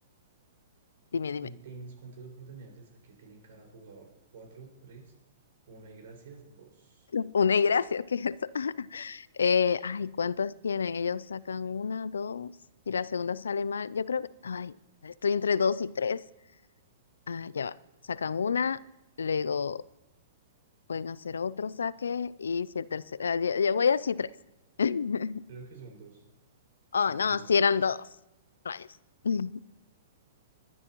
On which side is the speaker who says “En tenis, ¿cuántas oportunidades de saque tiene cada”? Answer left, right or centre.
Right